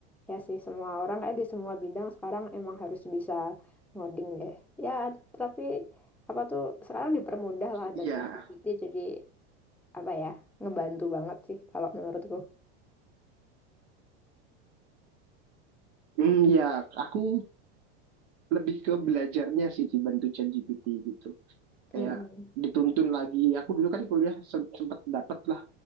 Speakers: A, in the centre; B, on the right (about 80°).
A: Ya sih, semua orang eh di semua bidang sekarang emang harus bisa ngoding deh. Ya, tapi apa tuh sekarang dipermudah lah ada
B: Iya,
A: ChatGPT jadi apa ya, ngebantu banget sih kalau menurutku.
B: hmm, ya aku lebih ke belajarnya sih dibantu ChatGPT gitu kayak
A: Mm-mm.
B: dituntun lagi aku dulu kan kuliah se- sempat dapat lah